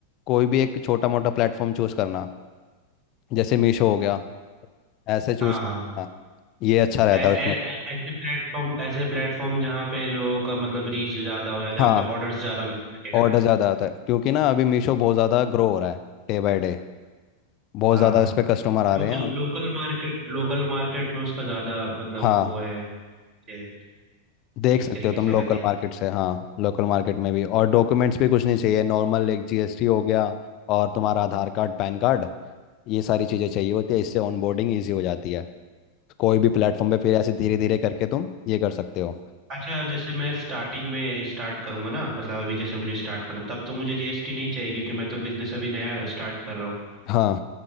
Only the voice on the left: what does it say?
कोई भी एक छोटा मोटा प्लेटफॉर्म चूज करना जैसे मीशो हो गया ऐसे चूज
करना
ये अच्छा रहता
है उसमें
हाँ
ऑर्डर
ज़्यादा आता है क्योंकि ना अभी मीशो बहुत ज़्यादा ग्रो हो रहा है डे बाय डे बहुत
ज़्यादा इस पे कस्टमर आ
रहे हैं और
हाँ
देख
सकते
हो तुम
लोकल
मार्केट से हाँ लोकल मार्केट में भी और डॉक्यूमेंट्स भी कुछ नहीं चाहिए नॉर्मल एक जीएसटी हो गया और तुम्हारा आधार कार्ड पैन कार्ड ये सारी चीज़ें चाहिए होती है इससे ऑनबोर्डिंग ईजी हो जाती है कोई भी प्लेटफॉर्म पे फिर ऐसे धीरे धीरे करके तुम ये कर सकते हो
हाँ